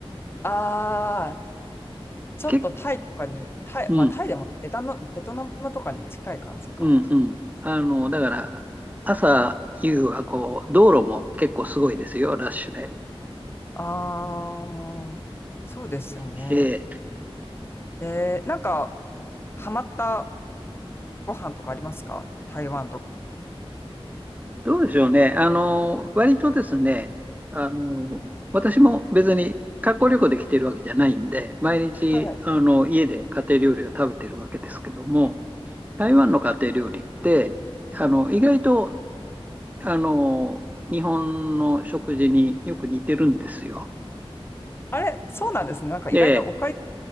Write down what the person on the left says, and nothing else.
ああ、ちょっとタイとかに、
タイ、
まあタイでもベタの、ベトナムとかに近い感じか。
ああ、そうですよね。
えー、なんか、ハマったご飯とかありますか台湾とか。
はい。
あれ、そうなんですね。なんか意外とおかゆと